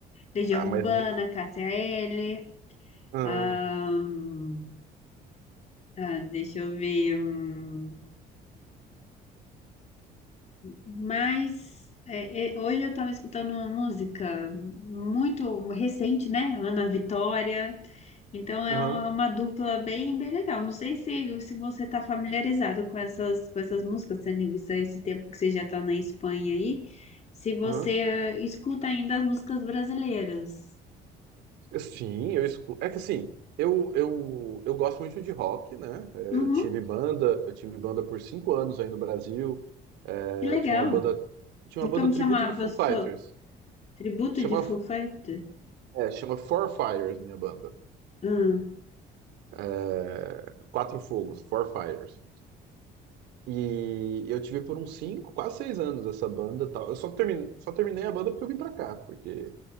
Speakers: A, on the left (about 40°); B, on the right (about 85°).
A: Legião
B: ah mas
A: Urbana,
B: me.
A: Cássia Eller,
B: Ah,
A: ahn, ah, deixa eu ver. hum, Mas é, é, hoje eu estava escutando uma música muito recente, né? Ana Vitória. Então é
B: Aham,
A: um- é uma dupla bem, bem legal. Não sei se, se você está familiarizado com essas, com essas músicas, tendo em vista esse tempo que você já está na Espanha aí, se você
B: aham.
A: eh, escuta ainda as músicas brasileiras.
B: Sim, eu escuto. É que assim, eu, eu, eu gosto muito de rock, né? É,
A: Uhum,
B: Eu tive banda, eu tive banda por cinco anos aí no Brasil. É,
A: que legal.
B: eu tinha uma banda, tinha uma
A: E
B: banda
A: Como
B: tributo
A: chamava?
B: de Foo
A: Sou
B: Fighters.
A: tributo
B: Chama,
A: de Foo Fighters?
B: é, chama Four Fires, minha banda.
A: Ah,
B: É, Quatro Fogos, Four Fires. E eu tive por uns cinco, quase seis anos essa banda e tal. Eu só terminei, só terminei a banda porque eu vim pra cá, porque